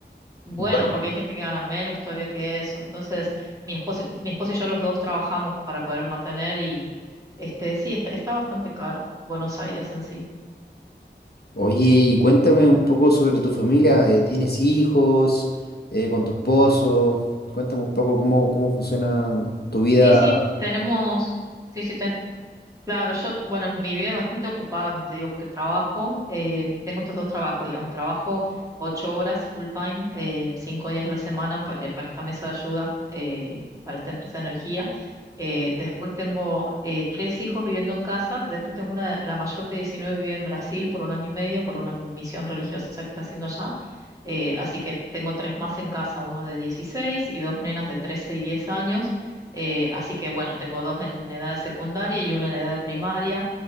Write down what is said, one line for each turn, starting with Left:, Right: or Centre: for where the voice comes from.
Right: bueno,
Left: Bueno,
Right: porque hay gente que gana menos todavía que eso. Entonces, mi esposo, mi esposo y yo los dos trabajamos para poder mantener y este, sí, está, está bastante caro Buenos Aires en sí.
Left: oye, y cuéntame un poco sobre tu familia. eh, ¿Tienes hijos? Eh, ¿con tu esposo? Cuéntame un poco cómo, cómo funciona tu vida.
Right: Sí, sí, tenemos, sí, sí, ten- Claro, yo, bueno, mi vida es bastante ocupada, como te digo, porque trabajo, eh, tengo estos dos trabajos, digamos, trabajo ocho horas full time, eh, cinco días a la semana pa- eh, para esta mesa de ayuda, eh, para esta empresa de energía. Eh, después tengo eh, tres hijos viviendo en casa, después tengo una, la mayor de 19 vive en Brasil por un año y medio, por una misión religiosa que está haciendo allá. Eh, así que tengo tres más en casa, uno de 16 y dos nenas de 13 y 10 años. Eh, así que bueno, tengo dos en edad de secundaria y una en edad de primaria.